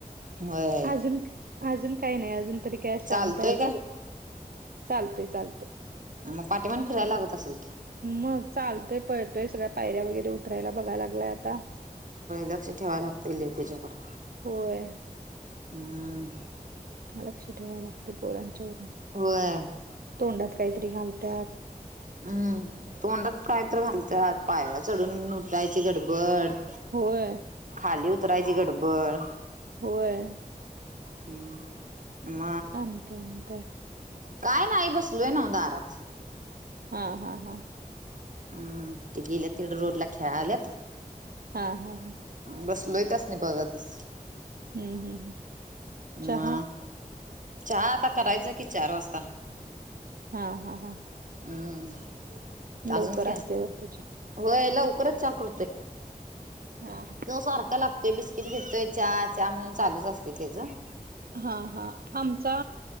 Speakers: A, on the right (about 60°); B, on the right (about 85°).
A: होय
B: अजून अजून काही नाही अजून तरी काय
A: चालतोय
B: शांत आहे आता
A: काय
B: चालतोय चालतोय
A: मग पाठी पण फिरायला लागत असेल की
B: मग चालतोय पळतोय सगळ्या पायऱ्या वगैरे उतरायला बघाय लागलाय आता
A: लक्ष ठेवाय लागत त्याच्याकडे
B: होय.
A: हम्
B: लक्ष ठेवाय लागते पोरांच्या वून
A: होय
B: तोंडात काहीतरी घालतात
A: हम्म तोंडात काय तर घालतात पायऱ चढून लुटायची गडबड-
B: होय
A: खाली उतरायची गडबड
B: होय
A: हम्म म
B: आणि काय म्हणताय
A: काय नाही बसलोय ना दारात
B: हा हा हा
A: हम्म ते गेलेत तिकडं रोडला खेळा आल्यात
B: हा हा हा
A: बस लोईताच नाही बघा तस
B: हम्म हम्म हम्म चहा
A: म चहा आता करायचं कि चार वाजता
B: हा हा हा
A: हम्म
B: लवकर
A: अजून क्या
B: असते वाटत चहा
A: होय लवकरच कृते
B: हा
A: तो सारखा लागत ते बिस्किट घेतय चा म्हणून चालूच असते त्याचं
B: हा हा आमचा